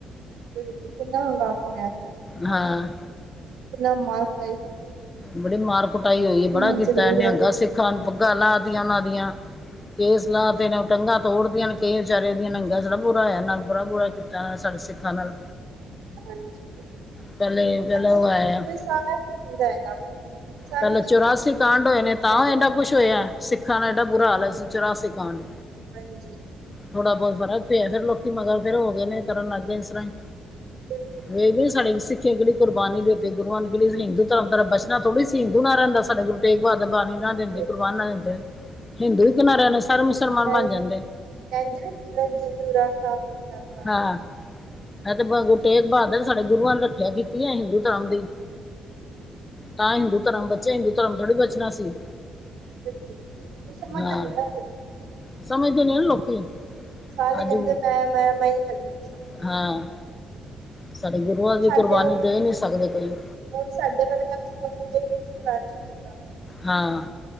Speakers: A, on the right; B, on the left.
A: ਬਿਲਕੁਲ, ਕਿੰਨਾ ਹੰਗਾਮਾ ਹੋਇਆ ਪਿੱਛਲੇ ਦਿਨਾਂ
B: ਹਾਂ
A: 'ਚ, ਕਿੰਨਾ ਮਾਰ-ਕੁਟਾਈ
B: ਬੜੀ ਮਾਰ-ਕੁਟਾਈ ਹੋਈ ਏ!
A: ਹਿਮਾਚਲ
B: ਬੜਾ ਕੀਤਾ,
A: ਬੋਲਿਆ
B: ਨਿਹੰਗਾ
A: ਤੇ
B: ਸਿੱਖਾਂ ਨੂੰ, ਪਗਾਂ ਲਾਹ ਤੀਆਂ ਉਨ੍ਹਾਂ ਦੀਆਂ। ਕੇ ਸਲਾਹ ਤੇ ਉਹ ਟੰਗਾਂ ਤੋੜ ਤਿਆਂ ਨੇ ਕਈ ਵਿਚਾਰੇ ਦੀਆਂ <unintelligible> ਬੁਰਾ ਹੋਇਆ ਨਾਲ ਬੜਾ ਬੁਰਾ ਕੀਤਾ। ਤਾਂ ਸਾਡੇ ਸਿੱਖਾਂ ਨਾਲ
A: ਹਾਂਜੀ।
B: ਪਹਿਲੇ
A: ਕਹਿੰਦੇ
B: ਪਹਿਲੇ ਉਹ ਆਇਆ
A: ਐ ਇੱਕੋ ਈ ਸਾਲ ਏ ਕੀ ਚਾਈਦਾ ਹੈਗਾ ਵੇ? ਸਾਰੇ
B: ਪਹਿਲੇ
A: ਵੇਖਦੇ
B: ਚੌਰਾਸੀ
A: ਨੇ
B: ਕਾਂਡ
A: ਕੋਈ ਫੋਨ
B: ਹੋਏ ਨੇ,
A: ਨੀ
B: ਤਾਂ
A: ਹੈਗਾ
B: ਇਨ੍ਹਾਂ ਕੁੱਛ ਹੋਇਆ ਸਿੱਖਾਂ ਦਾ ਏਡਾ ਬੁਰਾ ਹਾਲ ਹੋਇਆ ਸੀ ਚੌਰਾਸੀ ਕਾਂਡ।
A: ਹਾਂਜੀ।
B: ਥੋੜ੍ਹਾ ਬਹੁਤ ਫ਼ਰਕ ਪਿਆ, ਫੇਰ ਲੋਕੀ ਮਗਰ ਫੇਰ ਹੋ ਗਏ ਨੇ, ਕਰਨ ਲੱਗ ਗਏ ਨੇ ਇਸ ਤਰ੍ਹਾਂ ਹੀ।
A: ਬਿਲਕੁਲ ਬਿਲਕੁਲ
B: ਨਹੀਂ ਬਈ, ਸਾਡੇ ਸਿੱਖੀ ਕਿੱਡੀ ਕੁਰਬਾਨੀ ਦੇਤੀ। ਗੁਰੂਆਂ ਨੇ ਨਹੀਂ ਤਾਂ ਹਿੰਦੁ ਧਰਮ ਤੁਹਾਡਾ ਬਚਨਾ ਥੋੜੀ ਸੀ! ਹਿੰਦੂ ਨਾ ਰਹਿੰਦਾ, ਸਾਡੇ ਗੁਰੂ ਤੇੇਗ ਬਹਾਦਰ ਬਾਣੀ ਨਾ ਦਿੰਦੇ।
A: ਬਿਲਕੁਲ
B: ਕੁਰਬਾਨ ਨਾ ਦਿੰਦੇ,
A: ਬਿਲਕੁਲ
B: ਹਿੰਦੂ ਇਕ ਨਾ ਰਹਿਣਾ ਸ, ਸਾਰੇ ਮੁਸਲਮਾਨ
A: ਹਾਂਜੀ
B: ਬਨ ਜਾਂਦੇ!
A: ਕਹਿੰਦੇ ਨੇ, ਤਿਲਕ ਜੰਞੂ ਰਾਖਾ ਪ੍ਰਭ ਕਾ।
B: ਹਾਂ, ਐ ਤੇ ਬਸ ਗੁਰੂ
A: ਸ਼ਬਦ
B: ਤੇਗ ਬਹਾਦਰ
A: ਹੈਗਾ
B: ਸਾਡੇ ਗੁਰੂਆਂ ਨੇ ਰੱਖਿਆ ਕੀਤੀ ਏ ਹਿੰਦੂ ਧਰਮ ਦੀ!
A: ਹਾਂਜੀ।
B: ਤਾਂ ਹਿੰਦੂ ਧਰਮ ਬੱਚਿਆਂ, ਹਿੰਦੂ ਧਰਮ ਥੋੜੀ ਬਚਣਾ ਸੀ!
A: ਬਿਲਕੁਲ ਬਿਲਕੁਲ ਕੋਈ ਸਮਝਦਾ
B: ਹਾਂ,
A: ਨੀ ਨਾ ਫਿਰ
B: ਸਮਝਦੇ ਨਹੀਂ ਨਾ ਲੋਕੀ!
A: ਸਾਰੇ
B: ਅੱਜ
A: ਕਹਿੰਦੇ ਮੈਂ, ਮੈਂ, ਮੈਂ ਭਲੀ ਮਸਾ
B: ਹਾਂ! ਸਾਡੇ ਗੁਰੂਆਂ ਦੀ
A: ਸਾਡੇ
B: ਕੁਰਬਾਨੀ ਦੇ ਹੀ ਨਹੀਂ ਸਕਦੇ ਕੋਈ!
A: ਹੁਣ ਸਾਡੇ ਬਾਰੇ ਤਾਂ ਵੀ ਸੋਚ ਜੇ ਵੀ, ਕਿਸੇ ਨੂੰ ਰਾਜ਼ੀ ਨਹੀ ਹੈਗਾ। <unintelligible>
B: ਹਾਂ।